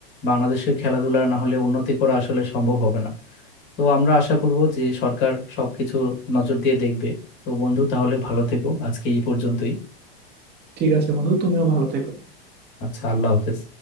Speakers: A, on the left (about 40°); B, on the right (about 35°).
A: বাংলাদেশের খেলাধুলার না হলে উন্নতি করা আসলে সম্ভব হবে না তো আমরা আশা করব যে সরকার সবকিছু নজর দিয়ে দেখবে তো বন্ধু তাহলে ভালো থেকো আজকে এই পর্যন্তই
B: ঠিক আছে বন্ধু তুমিও ভালো থেকো
A: আচ্ছা আল্লাহ হাফেজ